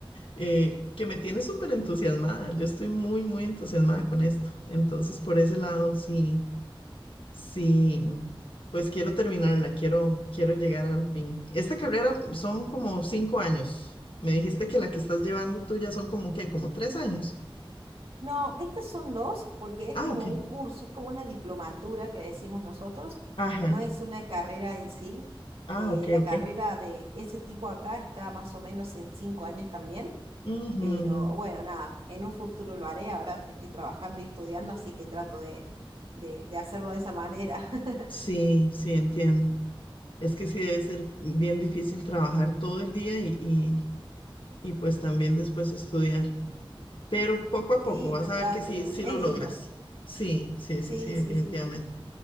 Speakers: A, on the left; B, on the right.
A: eh, que me tiene súper entusiasmada. Yo estoy muy, muy entusiasmada con esto. Entonces, por ese lado, sí, sí, pues quiero terminarla, quiero, quiero llegar al fin. Esta carrera son como cinco años. Me dijiste que la que estás llevando tú ya son como que, como tres años.
B: No, estas son dos porque es
A: Ah,
B: como
A: ok.
B: un curso, es como una diplomatura que decimos nosotros,
A: Ajá.
B: no es una carrera en sí.
A: Ah,
B: Eh,
A: ok,
B: la
A: ok.
B: carrera de ese tipo acá está más o menos en cinco años también,
A: Ujú,
B: pero
A: ujú.
B: bueno, nada, en un futuro lo haré, ahora estoy trabajando y estudiando, así que trato de, de, de hacerlo de esa manera. <laughs>
A: Sí, sí, entiendo. Es que sí debe ser bien difícil trabajar todo el día y, y, y pues también después estudiar. Pero poco a poco
B: Sí,
A: vas
B: total,
A: a ver que sí,
B: pero
A: sí
B: es
A: lo
B: lindo.
A: logras. Sí, sí,
B: Sí,
A: sí, sí, definitivamente.
B: sí, sí.